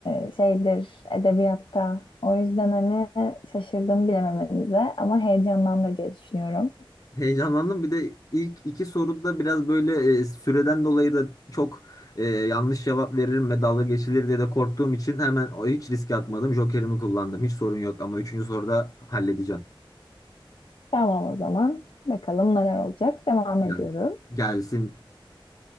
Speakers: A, on the left; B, on the left.
A: e, şeydir edebiyatta. O yüzden hani şaşırdım bilememenize ama heyecanlandır diye düşünüyorum.
B: Heyecanlandım. Bir de ilk iki soruda biraz böyle e, süreden dolayı da çok e, yanlış cevap veririm ve dalga geçilir diye de korktuğum için hemen o hiç riske atmadım. Jokerimi kullandım. Hiç sorun yok ama üçüncü soruda halledeceğim.
A: Tamam o zaman. Bakalım neler olacak. Devam ediyoruz.
B: Gel, gelsin.